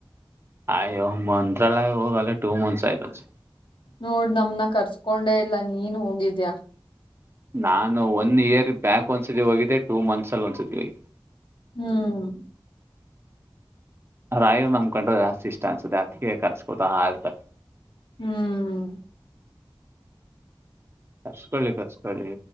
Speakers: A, on the right (about 30°); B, on the left (about 70°).
A: ಆಯ್ಯೊ ಮಂತ್ರಾಲಯ ಹೋಗ್ ಆಗ್ಲೆ ಟು ಮಂತ್ಸ್ ಆಯ್ತಾತೆ.
B: ನೋಡ್ ನಮ್ನ ಕರ್ಸ್ಕೊಂಡೆ ಇಲ್ಲ ನೀನ್ ಹೋಗಿದ್ಯಾ.
A: ನಾನು ಒನ್ ಇಯರ್ಗ್ ಬ್ಯಾಕ್ ಒಂದ್ಸತಿ ಹೋಗಿದ್ದೆ ಟೂ ಮಂತ್ಸ್ ಅಲ್ಲಿ ಒಂದ್ಸತಿ ಹೋಗಿದ್ದೆ.
B: ಹ್ಮ್,
A: ರಾಯರು ನಮ್ಕೊಂಡ್ರೆ ಜಾಸ್ತಿ ಇಷ್ಟ ಅನ್ಸುತ್ತೆ ಅತ್ಗೆ ಕರ್ಸ್ಕೊತಾ ಇರ್ತಾನೆ.
B: ಹ್ಮ್,
A: ಕರ್ಸ್ಕೊಳ್ಳಿ, ಕರ್ಸ್ಕೊಳ್ಳಿ